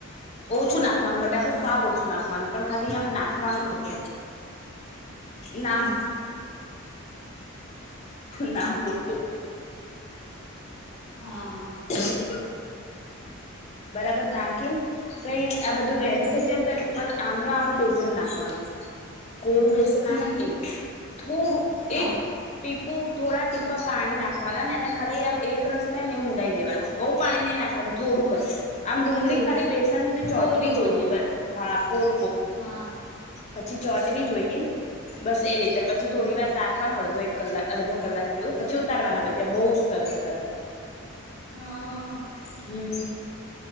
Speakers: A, on the left (about 30°); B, on the left (about 60°).
A: ઓછું નાખવાનું બટાકુ
B: હા
A: સાવ ઓછું નાખવાનું પણ ખાલી આમ નાખ નાખવાનું ખરી એમ નામ
B: હમ
A: નામ પૂરતું
B: હા હા
A: હ બરાબર નાખીન તો આ બધું રેડી થઈ જાય ને તોની ઉપર આમ નું આમ બેસન નાખવાનું કોરું બેસન ના
B: હમ
A: એ થોડું
B: હા
A: એક ટીપુ થોડા ટીપા પાણી નાખવાના ને એને ખાલી આમ એક રસ્તા ને એવું મિલાઈ દેવાનું બઉ પાણી નહી નાખવા થોડું આમ
B: ઓકે
A: ડુંગળી ખાલી બેસનને ચોટવી
B: કોરું કોરું
A: જોઈએ બસ હા પર
B: હા
A: પછી ચોટવી જોઈએ બસ એ રીતે પછી
B: હમ
A: થોડી વાર રાખ વાનું અડધો એક કલાક અડધો કલાક જેવું પછી ઉતારવાના પછી બહુ સરસ બધા
B: હા
A: હમ્મ